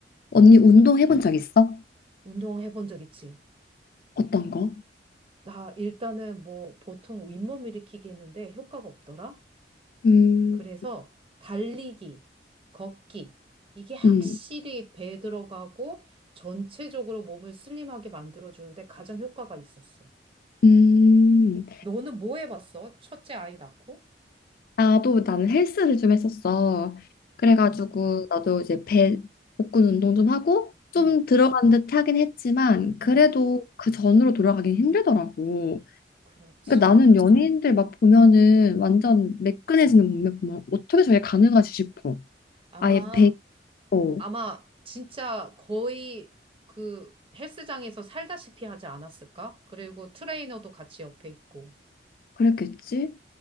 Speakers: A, on the left; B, on the right.
A: 언니 운동 해본 적 있어?
B: 운동 해본 적 있지?
A: 어떤 거?
B: 나 일단은 뭐 보통 윗몸 일으키기 했는데 효과가 없더라?
A: 음,
B: 그래서 달리기, 걷기, 이게 확실히
A: 음,
B: 배에 들어가고 전체적으로 몸을 슬림하게 만들어주는데 가장 효과가 있었어.
A: 음.
B: 너는 뭐 해봤어? 첫째 아이 낳고?
A: 나도 나는 헬스를 좀 했었어. 그래가지고
B: 응,
A: 나도 이제 배 복근 운동 좀 하고 좀
B: 응,
A: 들어간 듯 하긴 했지만 그래도
B: 응,
A: 그 전으로 돌아가긴 힘들더라고.
B: 그렇지.
A: 그러니까 나는 연예인들 막 보면은 완전
B: 음.
A: 매끈해지는 몸매 보면 어떻게 저게 가능하지 싶어.
B: 아마,
A: 아예 베고
B: 아마 진짜 거의 그 헬스장에서 살다시피 하지 않았을까? 그리고 트레이너도 같이 옆에 있고.
A: 그랬겠지?